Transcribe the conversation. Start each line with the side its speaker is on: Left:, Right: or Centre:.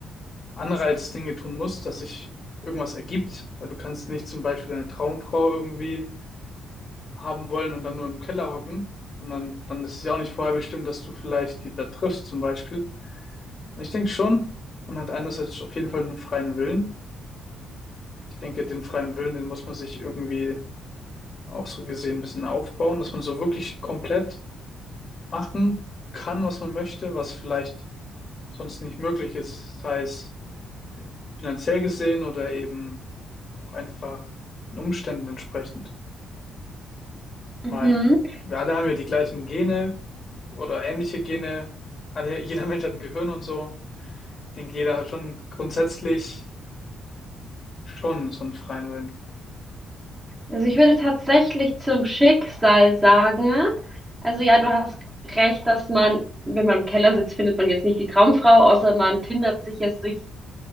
Left: Anreiz Dinge tun musst, dass sich irgendwas ergibt, weil du kannst nicht zum Beispiel eine Traumfrau irgendwie haben wollen und dann nur im Keller hocken. Und dann, dann ist es ja auch nicht vorher bestimmt, dass du vielleicht die da triffst zum Beispiel. Und ich denke schon, man hat einerseits auf jeden Fall einen freien Willen. Ich denke, den freien Willen, den muss man sich irgendwie auch so gesehen ein bisschen aufbauen, dass man so wirklich komplett machen kann, was man möchte, was vielleicht sonst nicht möglich ist. Das heißt, finanziell gesehen oder eben auch einfach den Umständen entsprechend. Ich
Right: Mhm.
Left: meine, wir alle haben ja die gleichen Gene oder ähnliche Gene. Alle, <laughs> jeder Mensch hat ein Gehirn und so. Ich denke, jeder hat schon grundsätzlich schon so einen freien Willen.
Right: Also ich würde tatsächlich zum Schicksal sagen, also ja, du hast recht, dass man, wenn man im Keller sitzt, findet man jetzt nicht die Traumfrau, außer man tindert sich jetzt durch